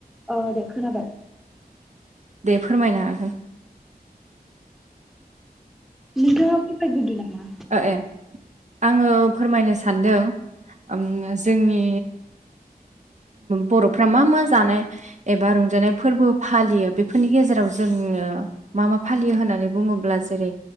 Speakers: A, in the centre; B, on the right (about 50°).
A: औ दे खोनाबाय
B: दे फोरमायनो हागोन
A: नोंथाङा फोरमायग्रोदो नामा
B: ए आङो फोरमायनो सान सान्दों उम जोंनि बर'फ्रा मा-मा जानाय एबा रंजानाय फोरबो फालियो बेफोरनि गेजेराव जों जोङो मा-मा फालियो होननानै बुङोब्ला जेरै